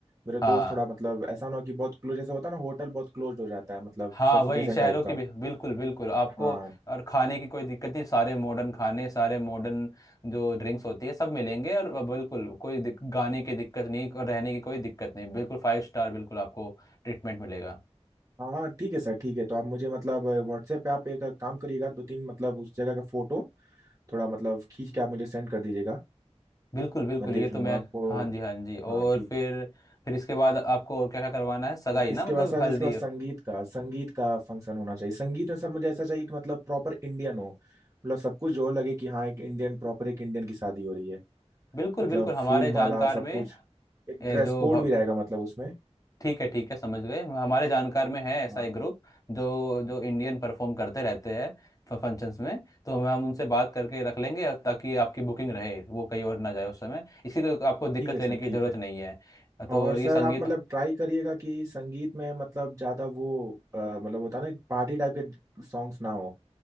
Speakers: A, on the right (about 30°); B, on the left (about 30°).
A: मेरे दोस्त
B: हाँ
A: थोड़ा मतलब ऐसा ना हो कि बहुत क्लोज जैसे होता है ना होटल बहुत क्लोज हो जाता है मतलब
B: हाँ
A: सफोकेशन
B: वही शहरों
A: टाइप
B: के
A: का
B: भी बिल्कुल बिल्कुल आपको
A: हाँ
B: और खाने की कोई दिक्कत नहीं सारे मॉडर्न खाने सारे मॉडर्न जो ड्रिंक्स होती है सब मिलेंगे और बिल्कुल कोई दिक, गाने की दिक्कत नहीं और रहने की कोई दिक्कत नहीं बिल्कुल फाइव स्टार बिल्कुल आपको ट्रीटमेंट मिलेगा
A: हाँ हाँ ठीक है सर ठीक है तो आप मुझे मतलब व्हाट्सएप पे आप एक काम करिएगा दो तीन मतलब उस जगह का फोटो थोड़ा मतलब खींच के आप मुझे सेंड कर दीजिएगा
B: बिल्कुल बिल्कुल
A: मैं देख
B: ये तो
A: लूंगा
B: मैं
A: आपको
B: हाँ जी हाँ जी और
A: हाँ ठीक
B: फिर
A: है
B: फिर इसके बाद आपको और क्या क्या करवाना है सगाई
A: हाँ इसके
B: ना मतलब
A: बाद सर
B: हल्दी
A: इसके बाद संगीत का संगीत का फंक्शन होना चाहिए संगीत में सर मुझे ऐसा चाहिए कि मतलब प्रॉपर इंडियन हो मतलब सब कुछ जो लगे कि हाँ एक इंडियन प्रॉपर एक इंडियन की शादी हो रही है
B: बिल्कुल
A: मतलब
B: बिल्कुल हमारे
A: फूल
B: जानकार
A: माला सब
B: में
A: कुछ एक
B: ए,
A: ड्रेस
B: जो
A: कोड
B: भव-
A: भी रहेगा मतलब उसमें
B: ठीक है ठीक है समझ गए हमारे जानकार में है ऐसा
A: हाँ
B: एक ग्रुप जो जो इंडियन परफॉर्म करते रहते हैं फंक्शंस में तो हम हम उनसे बात करके रख लेंगे और ताकि आपकी बुकिंग रहे वो कहीं और ना जाए उस समय इसी को आपको दिक्कत
A: ठीक है
B: लेने
A: सर
B: की
A: ठीक
B: ज़रूरत
A: है
B: नहीं है तो
A: और
B: और
A: सर
B: ये संगीत
A: आप मतलब ट्राई करिएगा कि संगीत में मतलब ज़्यादा वो अ, मतलब होता है ना पार्टी टाइप के सॉन्ग्स ना हो